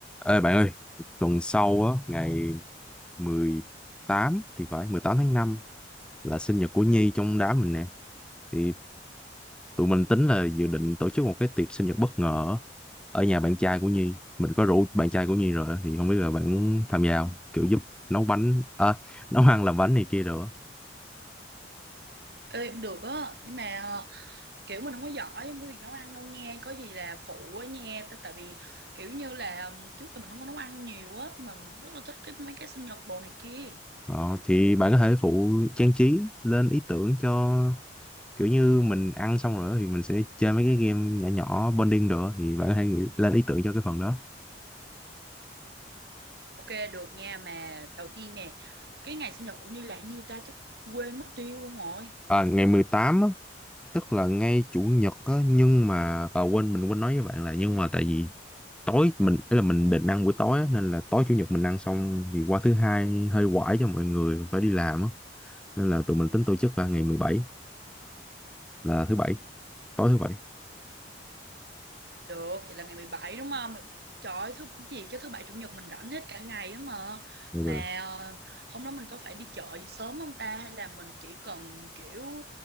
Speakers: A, in the centre; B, on the right.
A: Ê bạn ơi, tuần sau á, ngày mười tám thì phải, 18 tháng 5 là sinh nhật của Nhi trong đám mình nè. Thì tụi mình tính là dự định tổ chức một cái tiệc sinh nhật bất ngờ á, ở nhà bạn trai của Nhi. Mình có rủ bạn trai của Nhi rồi á, thì không biết là bạn muốn tham gia không? Kiểu giúp nấu bánh, à, <laughs> nấu ăn làm bánh này kia rồi. á.
B: Ê, cũng được á nhưng mà ờ, kiểu mình không có giỏi với việc nấu ăn đâu nha có gì là phụ á nha T- tại vì kiểu như là ừm, trước giờ mình không có nấu ăn nhiều á nhưng mà rất là thích cái mấy cái sinh nhật đồ này kia
A: Ờ, thì bạn có thể phụ trang trí lên ý tưởng cho kiểu như mình ăn xong rồi á, thì mình sẽ chơi mấy cái game nhỏ nhỏ bonding rồi á, thì bạn có thể nghĩ lên ý tưởng cho cái phần đó.
B: ok được nha mà đầu tiên nè cái ngày sinh nhật của Như là nhiêu ta chắc quên mất tiêu luôn rồi
A: À, ngày 18 á, tức là ngay chủ nhật á nhưng mà à, quên mình quên nói với bạn là nhưng mà tại vì tối mình ý là mình định ăn buổi tối á, nên là tối chủ nhật mình ăn xong thì qua thứ hai hơi quải cho mọi người phải đi làm á nên là tụi mình tính tổ chức là ngày mười bảy là thứ bảy tối thứ bảy
B: được vậy là ngày 17 đúng không trời ơi, thứ gì chứ thứ bảy chủ nhật mình rảnh hết cả ngày á mà
A: Ok.
B: mà ờ, hôm đó mình có phải đi chợ gì sớm không ta hay là mình chỉ cần kiểu